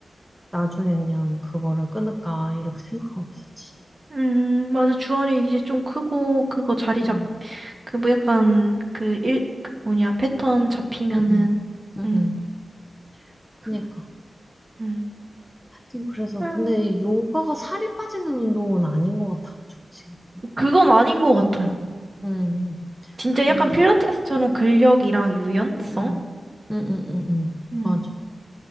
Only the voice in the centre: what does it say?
나중에 그냥 그거를 끊을까, 이렇게 생각하고 있었지.
음.
응, 응, 응,
응. 그니까.
하여튼 그래서
근데 요가가 살이 빠지는 운동은 아닌 것 같아가지고 지금.
응, 응.
그냥.
응, 응. 응, 응, 응, 응.
맞아.